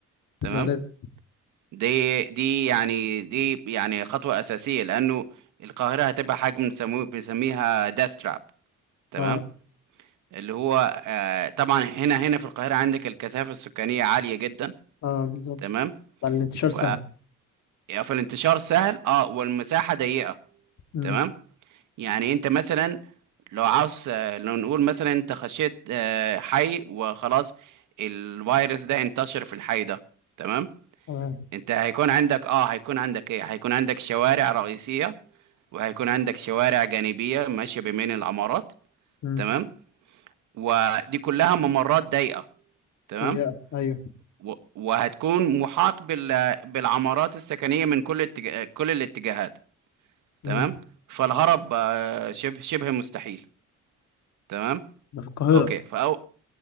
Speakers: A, on the right (about 75°); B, on the left (about 65°).
A: تمام
B: ده لازم
A: دي دي يعني دي يعني خطوه اساسيه لانه القاهره هتبقى حاجه بنسموه بنسميها داستراب تمام
B: اه
A: اللي هو آه طبعا هنا هنا في القاهره عندك الكثافه السكانيه عاليه جدا
B: اه بالظبط
A: تمام
B: بقى الانتشار
A: ف
B: سهل
A: فالانتشار سهل اه والمساحه ضيقه
B: امم
A: تمام يعني انت مثلا لو عاوز آه، لو نقول مثلا انت خشيت آه، حي وخلاص الفيروس ده انتشر في الحي ده تمام
B: تمام
A: انت هيكون عندك اه هيكون عندك ايه هيكون عندك شوارع رئيسية وهيكون عندك شوارع جانبية ماشية بين العمارات
B: امم
A: تمام ودي كلها ممرات ضيقة تمام
B: هي ايوه
A: و- وهتكون محاط بال... بالعمارات السكنية من كل التج... كل الاتجاهات
B: امم
A: تمام فالهرب آه، شبه شبه مستحيل تمام
B: ده في القاهرة
A: اوكي فأو...